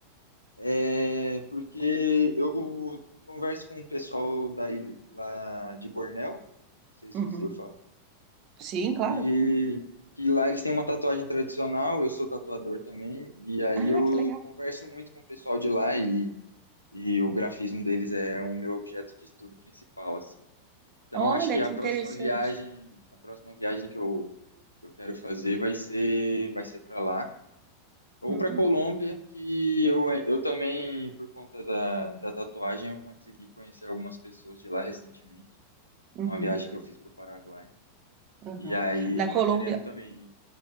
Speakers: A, on the left; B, on the right.
A: É, porque eu converso com o pessoal da ilha, lá de Bornéu, não sei se
B: Uhum.
A: você ouviu falar,
B: Sim, claro.
A: e que lá eles têm uma tatuagem tradicional, eu sou tatuador também, e aí
B: Ah,
A: eu
B: que legal.
A: converso muito com o pessoal de lá e, e o grafismo deles é o meu objeto de estudo principal, assim. Então
B: Olha,
A: acho que a
B: que
A: próxima
B: interessante.
A: viagem, a próxima viagem que eu, que eu quero fazer vai ser, vai ser para lá. Ou
B: Uhum,
A: para Colômbia, que eu, eu também, por conta da, da tatuagem, eu consegui conhecer algumas pessoas de lá recentemente,
B: uhum,
A: numa viagem que eu fiz para o Paraguai.
B: uhum.
A: E aí
B: Na
A: eu
B: Colômbia,
A: tô querendo também